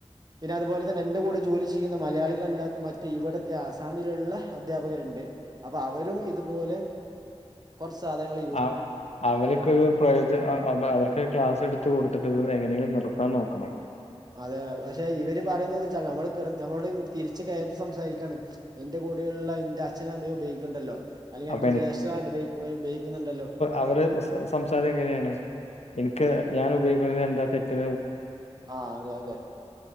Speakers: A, on the right (about 35°); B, on the left (about 75°).
A: പിന്നെ അതുപോലെ തന്നെ ഇന്റകൂടെ ജോലി ചെയ്യുന്ന മലയാളികളല്ലാത്ത മറ്റ് ഇവടത്തെ ആസാമിലുള്ള അധ്യാപകര്ണ്ട്. അപ്പൊ അവരും ഇതുപോലെ കൊർച്ച് സാധനങ്ങള്
B: ആഹ് അവർക്ക് പ്രയോജനം അ അവർ ക്ലാസ് എട്ത്ത് കൊട്ത്തിട്ട് ത് എങ്ങനെങ്കിലും നിർത്താൻ നോക്കണം.
A: അതെ പക്ഷെ ഇവര് പറയുന്നത് വച്ചാ നമ്മള് നമ്മള് തിരിച്ച് കെയർത്ത് സംസാരിക്കാണ്. ഇന്റെ കൂടെയുള്ള ഇന്റെ അച്ഛനും അമ്മയും ഉപയോഗിക്ക്ണ്ടല്ലോ അല്ലെങ്കി
B: അപ്പൊ
A: എന്റെ ജ്യേഷഠ ഉപയോഗിക്ക്ന്ന്ണ്ടല്ലോ?
B: അവരെ സംസാരം ഇങ്ങനെയാണ് ഇൻക്ക് ഞാൻ ഉപയോഗിക്കുന്നതിന് എന്താ തെറ്റ്
A: ആഹ് അതെ അതെ